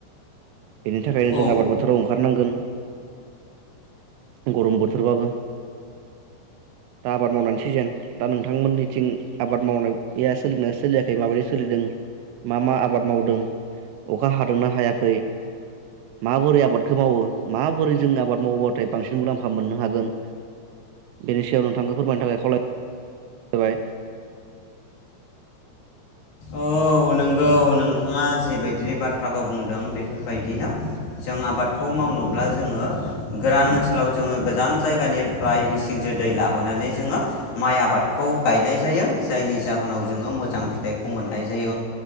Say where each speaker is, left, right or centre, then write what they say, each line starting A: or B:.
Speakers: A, on the right; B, on the left.
A: बेनि थाखायनो
B: औ
A: जों आबाद बोथोराव ओंखारनांगोन गरम बोथोरबाबो दा आबाद मावनायनि सिजेन दा नोंथांमोननिथिं आबाद मावनाया सोलिदों ना सोलियाखै माबायदि सोलिदों मा मा आबाद मावदों अखा हादोंना हायाखै माबोरै आबादखो मावो माबोरै जों आबाद मावोबाथाय बांसिन मुलाम्फा मोननो हागोन बेनि सायाव नोंथांखौ फोरमायनो थाखाय खावलाय बाय
B: औ नोंगौ नोंथाङा जिबायदि बाथ्राखौ बुंदों बेफोरबायदिनो जों आबादखौ मावनोब्ला जोङो गोरान ओनसोलाव जोङो गोजान जायगानिफ्राय मिसिंजो दै लाबोनानै जोङो माइ आबादखौ गायनाय जायो जायनि जाहोनाव जोङो मोजां फिथाइखौ खौ मोननाय जायो